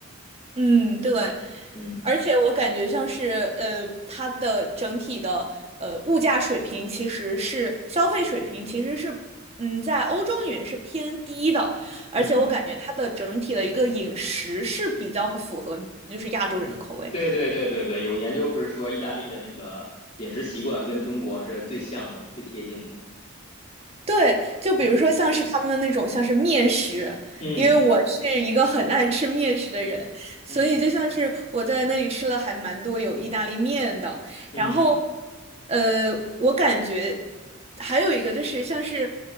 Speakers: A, on the right; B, on the left.
A: 嗯，对，
B: 嗯
A: 而且我感觉像是呃，它的整体的呃物价水平其实是消费水平其实是嗯在欧洲里面是偏低的，而且我感觉它的整体的一个饮食是比较符合就是亚洲人的口味。
B: 嗯，对对对对对，有研究不是说意大利的那个饮食习惯跟中国是最像的嘛，最贴近的。
A: 对，就比如说像是他们的那种像是面食，
B: 嗯嗯
A: 因为我是一个很爱吃面食的人，所以就像是我在那里吃了还蛮多有意大利面的，
B: 嗯嗯
A: 然后，呃，我感觉还有一个就是像是